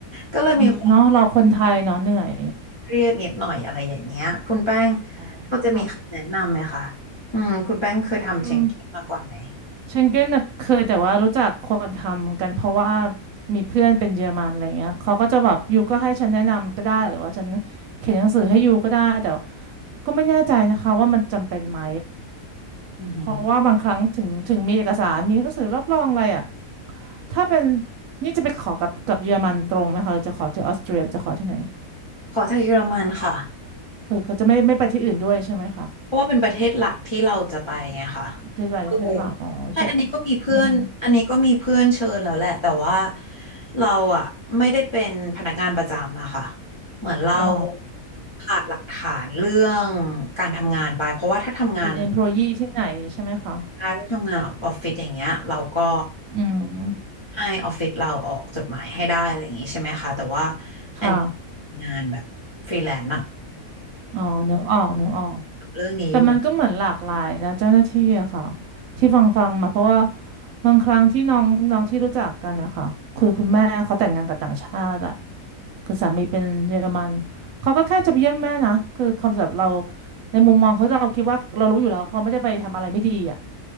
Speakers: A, on the left (about 25°); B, on the right (about 70°).
A: ก็เลยมีความ
B: อืมเนาะเราคนไทยเนาะเหนื่อย
A: เครียดนิดหน่อยอะไรอย่างเงี้ยคุณแป้ง
B: อ๋อค่ะ
A: ก็จะมีคำแนะนำไหมคะอืมคุณแป้งเคยทำเชงเก้นมาก่อนไหม
B: อืม เชงเก้นน่ะเคยแต่ว่ารู้จักคนทำกันเพราะว่ามีเพื่อนเป็นเยอรมันอะไรเงี้ยเขาก็จะแบบยูก็ให้ฉันแนะนำก็ได้หรือว่าฉันเขียนหนังสือให้ยูก็ได้แต่ว่าก็ไม่แน่ใจนะคะว่ามันจำเป็นไหม
A: อือหือ
B: เพราะว่าบางครั้งถึงถึงมีเอกสารมีหนังสือรับรองอะไรอ่ะถ้าเป็นนี่จะไปขอกับกับเยอรมันตรงไหมคะเราจะขอที่ออสเตรียหรือจะขอที่ไหน
A: ขอจากเยอรมันค่ะ
B: คือเขาจะไม่ไม่ไปที่อื่นด้วยใช่ไหมคะ
A: เพราะว่าเป็นประเทศหลักที่เราจะไปไงค่ะ
B: จะไปที่หลักอ๋อพวก
A: ก็เลยใช่ อันนี้ก็มีเพื่อน
B: อือฮึ
A: อันนี้ก็มีเพื่อนเชิญแล้วแหละแต่ว่าเราอ่ะไม่ได้เป็นพนักงานประจำอะค่ะเหมือนเรา
B: อ๋อ
A: ขาดหลักฐานเรื่องการทำงานไปเพราะว่าถ้าทำงาน
B: เป็น employee ที่ไหนใช่ไหมคะ
A: ถ้าทำงานออฟฟิศอย่างเงี้ยเราก็
B: อืม
A: ให้ออฟฟิศเราออกจดหมายให้ได้อะไรอย่างงี้ใช่ไหมคะแต่ว่าอันนี้
B: ค่ะ
A: งานแบบฟรีแลนซ
B: อ๋อนึกออกนึกออก
A: ์เรื่องนี้อยู่
B: แต่มันก็เหมือนหลากหลายนะเจ้าหน้าที่อะค่ะที่ฟังฟังมาเพราะว่าบางครั้งที่น้องน้องที่รู้จักกันนะคะคือคุณแม่เขาแต่งงานกับต่างชาติอะคือสามีเป็นเยอรมันเขาก็แค่จะไปเยี่ยมแม่นะคือคำสำหรับเราในมุมมองเขาเราคิดว่าเรารู้อยู่แล้วเขาไม่ได้ไปทำอะไรไม่ดีอะ